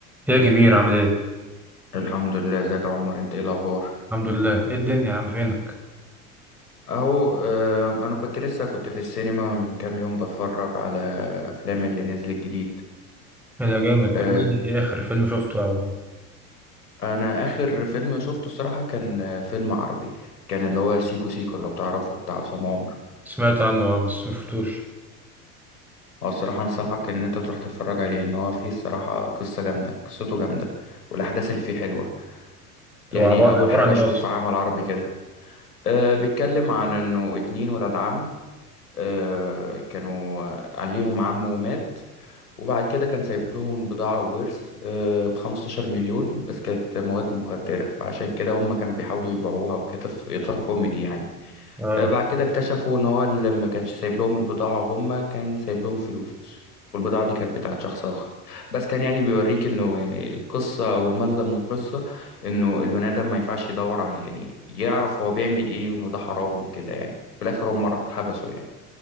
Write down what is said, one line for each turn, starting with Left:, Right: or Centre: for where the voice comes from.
Centre: يا كبير عامل ايه؟
Left: الحمد لله ازيك يا عمر انت ايه الاخبار
Centre: الحمد لله ايه الدنيا يا عم فينك؟
Left: اهو آه، انا كنت لسه كنت في السينما من كام يوم بتفرج على افلام اللي نزلت جديد
Centre: ايه ده جامد طب
Left: آه،
Centre: قول لي ايه اخر فيلم شفته او
Left: انا اخر فيلم شفته الصراحه كان آه، فيلم عربي كان اللي هو سيكو سيكو لو تعرفه بتاع عصام عمر
Centre: سمعت عنه اه بس مشفتوش
Left: هو الصراحه انصحك ان انت تروح تتفرج عليه ان هو فيه الصراحه قصه جامده قصته جامده والاحداث اللي فيه حلوه يعني
Centre: هو عبا-
Left: اول
Centre: عبارة
Left: حاجه
Centre: عن
Left: اشوف
Centre: ايه اصلا؟
Left: عمل عربي كده أه بيتكلم عن انه اتنين ولاد عم أه كانوا عليهم عمه مات وبعد كده كان سايب لهم بضاعة وورث ب 15 مليون بس كانت مواد مخدرة فعشان كده هم كانوا بيحاولوا يبيعوها وكده في إطار كوميدي يعني
Centre: اه
Left: آه، بعد كده اكتشفوا إن هو اللي ما كانش سايب لهم البضاعة هم كان سايب لهم فلوس والبضاعة دي كانت بتاعت شخص آخر بس كان يعني بيوريك إنه يعني القصة أو المغزى من القصة إنه البني آدم ما ينفعش يدور على يعني يعرف هو بيعمل إيه وإنه ده حرام وكده يعني في الآخر هم مرة اتحبسوا يعني